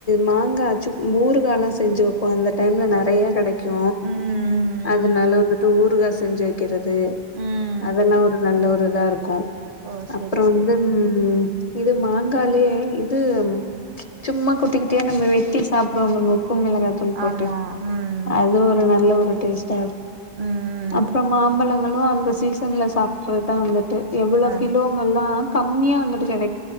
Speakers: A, on the left; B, on the right.
A: மாங்காச்சுப் மூறுகாலா செஞ்சு வப் ஒ அந்த டைம்ல நெறைய கெடக்கு
B: ம்
A: அதனல வந்துட்டு ஊரு காஸ் செஞ்சய்க் க்கிறது
B: ம்
A: அதெல்லா ஒரு நல்ல ஒரு லா இருக்கு
B: ஓ செரி
A: அப்புறோ
B: செரி
A: வந்து ம் இது மாங்காலே இது சும்மா குட்டி குட்டியா நம்ம வெட்டி சாப்புடுவோ பாருங்க ப்பு மெளகாத்தூள் போட்டு
B: ஆமா ம்
A: அது ஒரு நல்ல ஒர் டேஷ்டா
B: ம்
A: அப்புறோ மாம்பழம் ங்களு அந்த சீசன்ல சாப்படரத்தா ந்துட்டு எவ்வளோ
B: ஆ
A: கிலோங்கலா கம்மியா வந்துட்டு கெடைக்